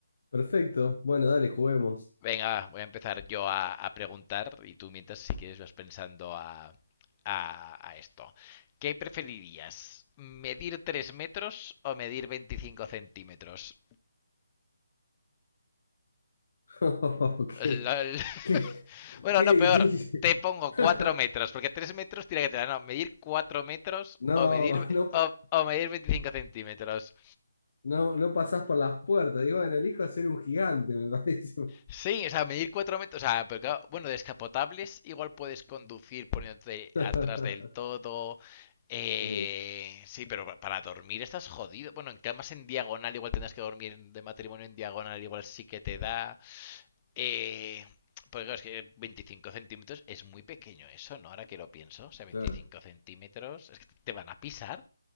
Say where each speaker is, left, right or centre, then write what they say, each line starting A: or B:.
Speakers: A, on the left; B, on the left.
A: Perfecto. Bueno, dale, juguemos.
B: Venga, va, voy a empezar yo a, a preguntar y tú mientras si quieres vas pensando a, a, a esto. ¿Qué preferirías? ¿Medir 3 metros o medir 25 centímetros?
A: <laughs>
B: Lol.
A: qué,
B: <laughs>
A: qué,
B: Bueno,
A: qué
B: no, peor.
A: difícil.
B: Te pongo
A: <laughs>
B: 4 metros, porque 3 metros tiene que tener. No, medir 4 metros
A: No,
B: o medir,
A: no, po-
B: o, o medir 25 centímetros.
A: no, no pasás por las puertas. Digo, bueno, elijo ser un gigante, me parece.
B: Sí, o sea, medir cuatro metros, o sea, pero claro, bueno, descapotables igual puedes conducir poniéndote
A: <laughs>
B: atrás del todo. eh,
A: Sí,
B: sí, pero pa- para dormir estás jodido. Bueno, en camas en diagonal igual tendrás que dormir en- de matrimonio en diagonal, igual sí que te da. Eh, pues claro, es que 25 centímetros es muy pequeño eso, ¿no? Ahora que lo pienso, o sea, 25
A: claro.
B: centímetros, es que te van a pisar.